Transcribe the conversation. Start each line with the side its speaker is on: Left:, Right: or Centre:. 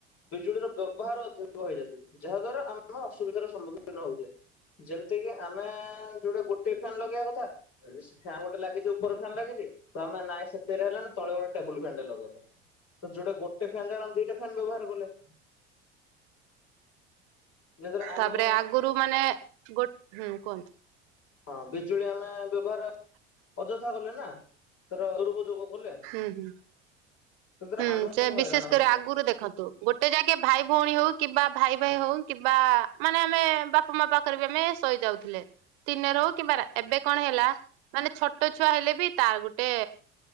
Left: ବିଜୁଳିର ବ୍ୟବହାର ଅଧିକ ବ ହେଇ <unintelligible> ଯାହାଦ୍ୱାରା ଆମେ ଅସୁବିଧାର ସମ୍ମୁଖୀନ ହୋଉଚେ। ଯେମତିକି ଆମେ ଯୋଉଠି ଗୋଟେ ଫ୍ୟାନ୍ ଲଗେଇବା କଥା ହେଠି ସେ ଫ୍ୟାନ୍ ଗୋଟେ ଲାଗିଚି ଉପର ଫ୍ୟାନ୍ ଲାଗିଚି ତ ଆମେ ନାଇଁ ସେତିକିରେ ହେଲା ନା ତଳେ ଗୋଟେ ଟେବୁଲ ଫ୍ୟାନଟେ ଲଗେଇଲେ। ତ ଯୋଉଟା ଗୋଟେ ଫ୍ୟାନ୍ ଜାଣନ୍ ଦିଇଟା ଫ୍ୟାନ୍ ବ୍ୟବହାର କଲେ। ଯଦ୍ୱାରା ଆମେ
Right: ତାପରେ ଆଗରୁ ମାନେ ଗୋ ହୁଁ କୁହନ୍ତୁ।
Left: ହଁ ବିଜୁଳି ଆମେ ବ୍ୟବହାର ଅଯଥା କଲେ ନା ତାର ଦୁରୁପଯୋଗ କଲେ
Right: ହୁଁ ହୁଁ
Left: ସେଥିରେ
Right: ହୁଁ
Left: ଆମେ
Right: ସେ
Left: ହିଁ
Right: ବିଶେଷ
Left: ହଇରାଣ ହଉଛେ
Right: କରି ଆଗରୁ ଦେଖନ୍ତୁ ଗୋଟେ ଜାଗେ ଭାଇ ଭଉଣୀ ହଉ କିମ୍ବା ଭାଇ ଭାଇ ହଉ କିମ୍ବା ମାନେ ଆମେ ବାପା ମାଆ ପାଖରେ ବି ଆମେ ଶୋଇଯାଉଥିଲେ। ଦିନରେ ହଉ କିମ୍ବା ରା ଏବେ କଣ ହେଲା ମାନେ ଛୋଟ ଛୁଆ ହେଲେ ବି ତାର ଗୋଟେ